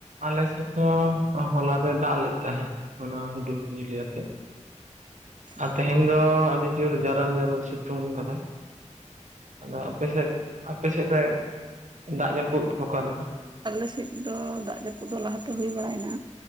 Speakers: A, on the right; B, on the right.
A: ᱟᱞᱮᱥᱮᱫ ᱫᱚ ᱦᱚᱞᱟ ᱫᱚᱭ ᱫᱟᱜ ᱞᱮᱫ ᱛᱟᱦᱮᱸᱫ ᱦᱚᱞᱟ ᱦᱩᱰᱩᱨ ᱵᱤᱡᱽᱞᱤ ᱟᱛᱮᱫ
B: ᱟᱪᱪᱷᱟ
A: ᱟᱨ ᱛᱮᱦᱮᱧ ᱫᱚ ᱟᱹᱰᱤ ᱡᱳᱨ ᱡᱟᱨᱟᱞ ᱡᱟᱨᱟᱞ ᱥᱤᱛᱩᱝ ᱠᱟᱫᱟ᱾ ᱟᱫᱚ ᱟᱯᱮ ᱥᱮᱫ ᱟᱯᱮ ᱥᱮᱫ ᱫᱚ ᱫᱟᱜ ᱡᱟᱹᱯᱩᱫ ᱚᱠᱟ ᱞᱮᱠᱟ
B: ᱟᱞᱮᱥᱮᱫ ᱫᱚ ᱫᱟᱜ ᱡᱟᱹᱯᱩᱫ ᱫᱚ ᱞᱟᱦᱟᱛᱮ ᱦᱩᱭ ᱵᱟᱲᱟᱭᱮᱱᱟ